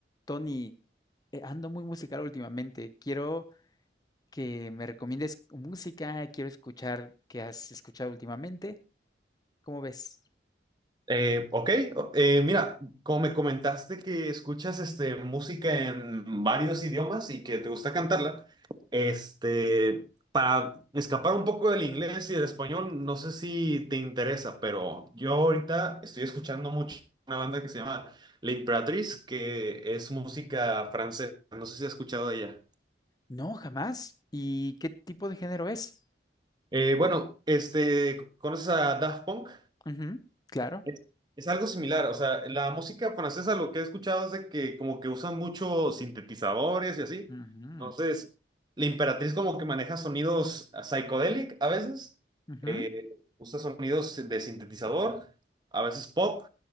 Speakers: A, on the left (about 20°); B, on the right (about 25°).
A: Tony, eh, ando muy musical últimamente. Quiero que me recomiendes música, quiero escuchar qué has escuchado últimamente. ¿Cómo ves?
B: Eh, ok, o- eh, mira, como me comentaste que escuchas este, música en varios idiomas y que te gusta cantarla, este, para escapar un poco del inglés y del español, no sé si te interesa, pero yo ahorita estoy escuchando mucho una banda que se llama La Imperatriz, que es música francesa, no sé si has escuchado de ella.
A: No, jamás. ¿Y qué tipo de género es?
B: Eh, bueno, este, ¿conoces a Daft Punk?
A: Ujú, claro.
B: Es, es algo similar, o sea, la música francesa lo que he escuchado es de que como que usan muchos sintetizadores y así.
A: Ujú,
B: Entonces, la Imperatriz como que maneja sonidos ah, psychedelic a veces,
A: ujú.
B: eh, usa sonidos de sintetizador, a veces pop,